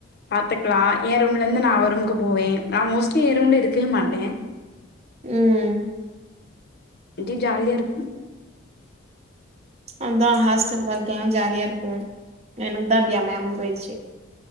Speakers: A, on the left (about 55°); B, on the right (about 35°).
A: பாத்துக்லா ஏ ரூம்லேந்து நா அவ ரூம்க்கு போவே நா மோஸ்லி ஏ ரூம்ல இருக்கவே மாட்டே
B: ம்
A: இன்ட்னி ஜாலியா இருக்
B: அதா ஹாஸ்ட்டல் வாழ்க்கலா ஜாலியா இருக்கு எனக்குதா அப்டி அமையாம போயிர்ச்சு